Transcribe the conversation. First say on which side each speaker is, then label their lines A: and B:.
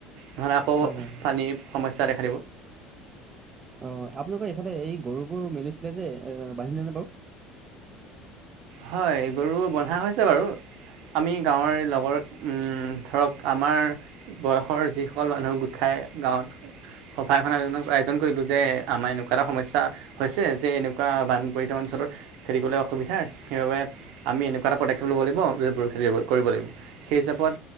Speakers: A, on the right; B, on the right.
A: নহলে আকৌ
B: হয় হয়
A: পানী সমস্যা ৰাখ
B: অ আপোনালোকৰ এইফালে এই গৰুবোৰ মেলিছিলে যে এ বান্ধিলেনেে বাৰু <inaudible>
A: হয় গৰু বন্ধা হৈছে বাৰু আমি গাঁৱৰ লগৰ উ ধৰক আমাৰ বয়সৰ যিসকল মানুহ গোট খাই গাঁৱত সফা এখননৰ আয়োনৰ আয়োজন কৰিলো যে আমাৰ এনেকুৱা এটা সমস্যা হৈছে যে এনেকুৱা বান পৰিধণ অঞ্চলত খেতি কৰিবলে অসুবিধা সেইবাবে আমি এনেকুৱা এটা পদক্ষেপ ল'ব লাগিবেতি কৰিব লাগিব সেই হিচাপত